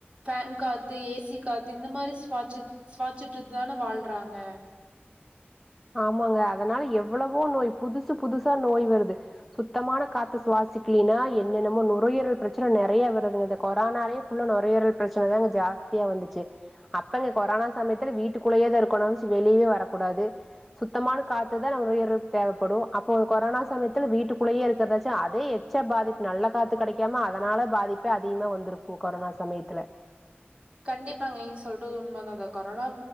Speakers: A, on the right; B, in the centre.
A: ஃபேன் காத்து ஏசி காத்து இந்த மாரி சுவாட்சு சுவாட்சிட்டு தான வாழ்றாங்க
B: ஆமாங்க அதுனால எவ்வளவோ நோய் புதுசு புதுசா நோய் வருது சுத்தமான காத்த சுவாசிக்கலினா என்னென்னமோ நுரையீரல் பிரச்சன நெறையா வருதுங்க இந்த கொரோனாலே நுரையீரல் பிரச்சன தான்ங்க ஜாஸ்தியா வந்துச்சு அப்பங்க கொரோனா சமயத்துல வீட்டுக்குள்ளயே தா இருக்கணுச்சு வெளியே வரக்கூடாது சுத்தமான காத்துதா நம்ம உயிர்க்கு தேவைப்படு அப்போ கொரோனா சமயத்தில வீட்டுக்குள்ளயே இருகறதாச்சு அதே ச்சா பாதிப்பு நல்ல காத்து கிடைக்காம அதுனால பாதிப்பே அதிகமா வந்திருக்கு கொரோனா சமயத்துல
A: கண்டிப்பாங்க நீங்க சொல்றது உண்மை தா அத கொரனா